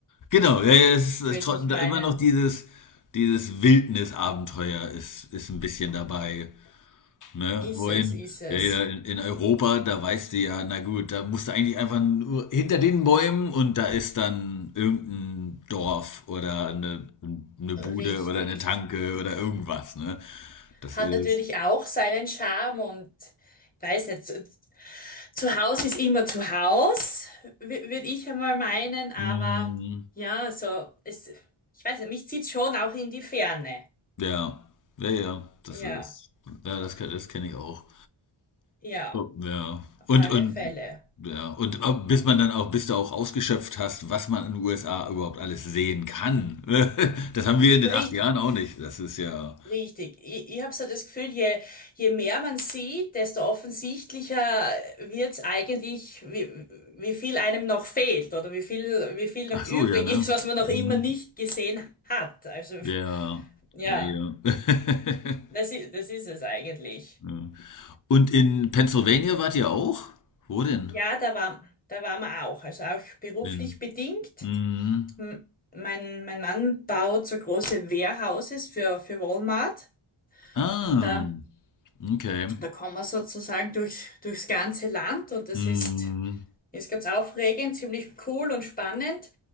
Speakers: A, on the left; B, on the left.
A: Genau, ja, ja, es ist
B: würde
A: tro-
B: ich meinen.
A: da immer noch dieses, dieses Wildnisabenteuer ist, ist ein bisschen dabei. Ne?
B: Ist
A: Wohin?
B: es, ist es.
A: Ja, ja, in, in Europa, da weißt du ja, na gut, da musst du eigentlich einfach nur hinter den Bäumen und da ist dann irgendein Dorf oder eine, eine
B: Richtig.
A: Bude oder eine Tanke oder irgendwas, ne? Das
B: Hat
A: ist,
B: natürlich auch seinen Charme und weiß nicht, zu, zu Hause ist immer zu Haus, würde ich einmal meinen, aber
A: mm,
B: ja, so, es, ich weiß nicht, mich zieht schon auch in die Ferne.
A: ja, ja, ja, das
B: Ja,
A: ist, ja, das, ke- das kenne ich auch.
B: ja,
A: So. Ja.
B: auf
A: Und,
B: alle
A: und,
B: Fälle.
A: ja. Und ab- bis man dann auch, bis du auch ausgeschöpft hast, was man in den USA überhaupt alles sehen kann. <laughs> Das haben wir in den
B: Richtig,
A: acht Jahren auch nicht. Das ist ja.
B: richtig. Ich, ich habe so das Gefühl, je, je mehr man sieht, desto offensichtlicher wird's eigentlich, wie, wie viel einem noch fehlt oder wie viel, wie viel noch
A: Ach
B: übrig
A: so, ja, ne?
B: ist, was man noch
A: Mhm.
B: immer nicht gesehen hat. Also
A: Ja,
B: ja,
A: ja, ja. <laughs>
B: das ist, das ist es eigentlich.
A: Ja. Und in Pennsylvania wart ihr auch? Wo denn?
B: Ja, da war, da waren wir auch. Also auch beruflich
A: In.
B: bedingt.
A: Mhm.
B: M- Mein, mein Mann baut so große Warehouses für, für Walmart.
A: Ah,
B: Und da
A: okay.
B: Da kommen wir sozusagen durch, durchs ganze Land und das
A: Mhm.
B: ist, ist ganz aufregend, ziemlich cool und spannend